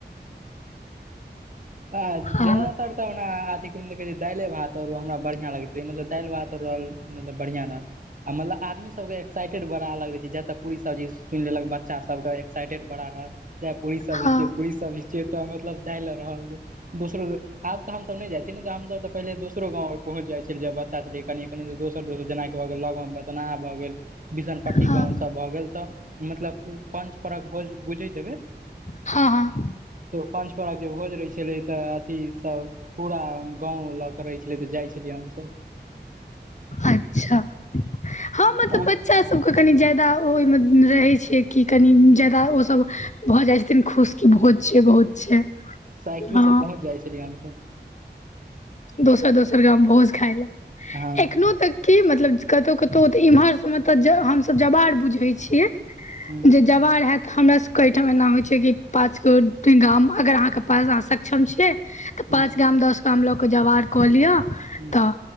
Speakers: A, on the right; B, on the left.
A: आ
B: हँ
A: ज्यादा तर तब न आँहा ओना अथी कहै छै दालिए भात आओर हमरा बढ़ियाँ लगैत रहै मतलब दालिभातत ओर रहल मतलब बढ़ियाँ रहल आ मतलब आदमी सब के एक्साइटेड बड़ा अलग रहै छै जतऽ पूड़ी सब्जी सुनि लेलक बच्चा सब के एक्साइटेड बड़ा रहल चाहे पूड़ी सब्जी
B: हँ
A: छियै पूड़ी सब्जी छियै तऽ मतलब जाय लऽ रहल छै। दोसरो आब तऽ हमसब नय जाइ छियै नय तऽ हमसब तऽ पहिले दोसरो गाँव कर पहुँच जाइ छलियै बच्चा छेलियै कनिये कनिये दोसर दोसर जेना भऽ गेल लग मे बदना भऽ गेल बिसनपट्टी
B: हँ
A: गाँव सब भऽ गेल तऽ मतलब पञ्च परहक भोज बुझैत हैबै।
B: हाँ हाँ
A: तऽ पञ्च परहक जे भोज रहै छलै तऽ अथी सब पूरा गाँव लऽ कऽ रहै छलै तऽ जाइ छेलियै हमसब
B: अच्छा हम
A: छल
B: मतलब बच् बच्चा सभके कनी ज्यादा ओहिमे रहै छै कि कनी ज्यादा ओसभ भऽ जाइ छथिन खुश की भोज छै भोज छै।
A: साइकिलसँ
B: हँ
A: पहुँच जाइ छलियै हमसभ
B: दोसर दोसर गाम भोज खााय लए
A: हँ
B: एखनोहु तक की मतलब कतौ कतौ इम्हर सब तऽ हमस जवार बुझै छियै
A: हँ
B: जे जवार हेत त हमरा सबके एहिठाम एना होइ छै कि पाँच गो गाम अगर अहाँ के पास अ सक्षम छीये त
A: हँ
B: पांच गाम दस गाम ल के जवार कलिअ
A: हँ
B: तऽ